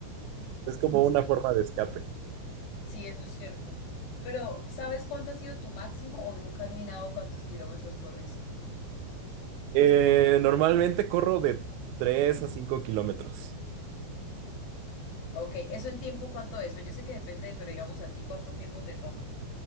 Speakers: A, on the right; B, on the left.
A: Es como
B: sí,
A: una forma de escape.
B: sí, eso es cierto. Pero ¿sabes cuánto ha sido tu máximo o nunca has mirado cuántos kilómetros corriste?
A: Eh, normalmente corro de 3 a 5 kilómetros.
B: Ok, ¿eso en tiempo cuánto es? Pues yo sé que depende, pero digamos a ti cuánto tiempo te toma.